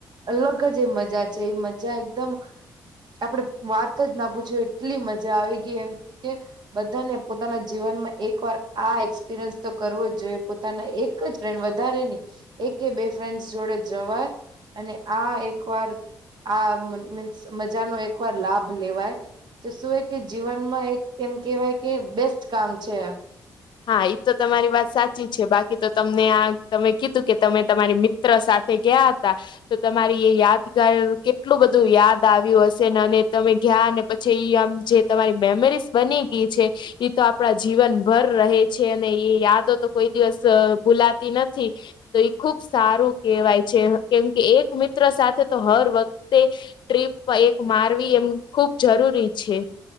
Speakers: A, on the right (about 60°); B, on the left (about 65°).
A: અલગ જ મજા છે એ મજા એકદમ આપડે વાત જ ના પૂછ્યું એટલી મજા આવી ગઈ એમ કે બધાને પોતાના જીવનમાં એક વાર આ એક્સપિરિયન્સ તો કરવો જ જોઈએ પોતાના એક જ ટાઈમ વધારેની, એક કે બે ફ્રેન્ડસ જોડે જવા અને આ એકવાર આ મ મીન્સ મજાનો એકવાર લાભ લેવાય. તો શું એ કે જીવનમાં એક એમ કેહેવાય કે બેસ્ટ કામ છે આ.
B: હા ઈ તો તમારી વાત સાચી છે. બાકી તો તમને આ તમે કીધું કે તમે તમારી બેસ મિત્ર સાથે ગયા હતા. તો તમારી એ યાદગાર કેટલું બધું યાદ આવ્યું હશે ને અને તમે ત્યાં પછી આમ જે તમારી મેમરીઝ બની ગઈ છે ઈ તો આપણા જીવન ભર રહે છે અને ઈ યાદો તો કોઈ દિવસ ભુલાતી નથી. તો ઈ ખુબ સારુ કહેવાય છે કેમ કે એક મિત્ર સાથે તો હર વખતે ટ્રીપ તો એક મારવી એમ ખુબ જરૂરી છે.